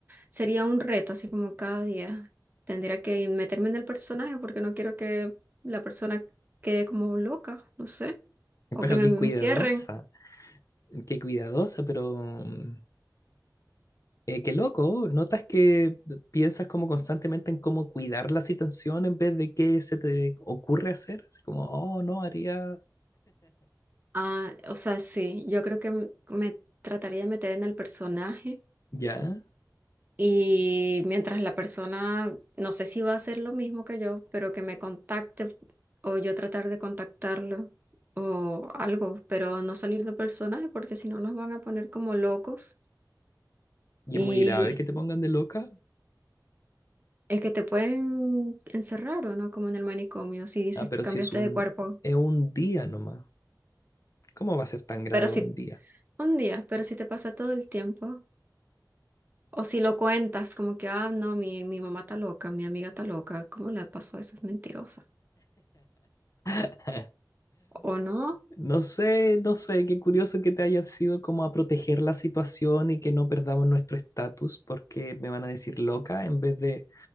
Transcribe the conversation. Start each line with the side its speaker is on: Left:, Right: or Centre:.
Right: sería un reto, así como cada día. Tendría que meterme en el personaje porque no quiero que la persona quede como loca, no sé, o
Left: Pero
Right: que me
Left: qué
Right: encierren.
Left: cuidadosa, qué cuidadosa, pero mm, eh, qué loco. Notas que piensas como constantemente en cómo cuidar la situación en vez de qué se te ocurre hacer. Así como, oh, no, haría
Right: Ah, o sea, sí, yo creo que m- me trataría de meter en el personaje.
Left: ya.
Right: Y mientras la persona, no sé si va a hacer lo mismo que yo, pero que me contacte o yo tratar de contactarlo o algo, pero no salir de personaje porque si no nos van a poner como locos.
Left: Y
Right: Y
Left: es muy grave que te pongan de loca.
Right: es que te pueden encerrar o no, como en el manicomio, si dices
Left: Ah, pero
Right: que cambiaste
Left: si es un,
Right: de cuerpo.
Left: es un día nomás. ¿Cómo va a ser tan grave
Right: Pero si
Left: un día?
Right: un día, pero si te pasa todo el tiempo, o si lo cuentas como que, ah, no, mi, mi mamá está loca, mi amiga está loca, ¿cómo le pasó eso? Es mentirosa.
Left: <laughs>
Right: O no,
Left: No sé, no sé, qué curioso que te haya sido como a proteger la situación y que no perdamos nuestro estatus porque me van a decir loca en vez de,